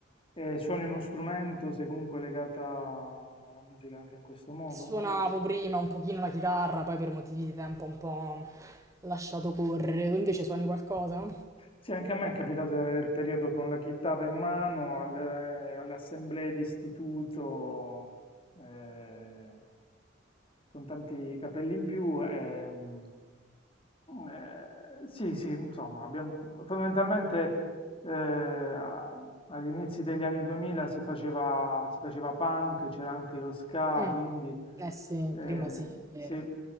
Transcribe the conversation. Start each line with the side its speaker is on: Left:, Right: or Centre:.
Left: E suoni uno strumento, sei comunque legata alla musica anche in questo modo?
Right: Suonavo prima un pochino la chitarra, poi per motivi di tempo un po' lasciato correre. Tu invece suoni qualcosa?
Left: Sì, anche a me è capitato di avere il periodo con la chitarra in mano alle, alle assemblee di istituto, eh, con tanti capelli in più. e, mm, eh, sì, sì, insomma, abbiamo, fondamentalmente eh, a- agli inizi degli anni 2000 si faceva, si faceva punk, c'era anche lo ska,
Right: Mm.
Left: quindi
Right: Eh sì,
Left: eh,
Right: prima sì, è vero.
Left: sì,